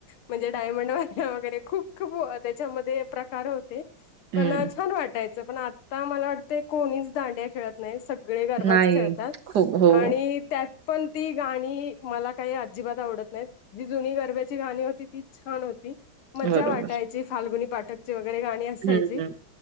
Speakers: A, on the left; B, on the right.
A: म्हणजे डायमंड वाल्या वगैरे खूप. खूप त्याच्यामध्ये प्रकार होते
B: हं.
A: पण छानं वाटायचं पण आ आता आम्हाला वाटतयं कोणीच दांड्या खेळत नाही सगळे गर्भाच
B: नाही.
A: खेळतात
B: खूप हो.
A: आणि त्यात पण ती गाणी मला काही अजिबात आवडत नाहीत. जी जुनी गरब्याची गाणी होती ती छान होती. मज्जा
B: बरोबर.
A: वाटायची फाल्गुनी पाठकची वगैरे गाणी असायची.
B: हं, हं.